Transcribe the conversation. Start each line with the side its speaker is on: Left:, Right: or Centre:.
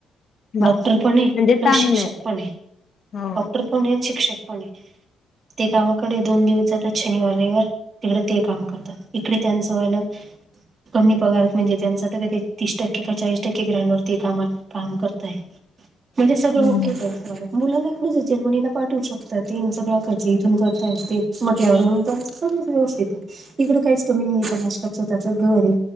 Left: बापरे
Right: डॉक्टर पण हे
Left: म्हणजे
Right: प्लस
Left: चांगलंय
Right: शिक्षक पण हे
Left: हो
Right: डॉक्टर. प शिक्षक पण हे ते गावा कडे दोन दिवस जातात शनिवार रविवार तिकडे ते काम करतात इकडे त्यांचं वालं. कमी पगारात म्हणजे त्यांचा तर का ते तीस टक्के का चाळीस टक्के ग्रँडवरती काम आलं. काम करताय म्हणजे सगळं
Left: हम्म
Right: ओके चं हाय ना तुमाला मुलांना एवढं जर्मनीला पाठवू शकतात ते, सगळा खर्च इथून करताय ते म्हटल्यावर मग. सगळ व्यवस्थित आहे. इकडं काहीच नाही. कमी नाही नाशकात त्याच स्वतःचं घर आहे.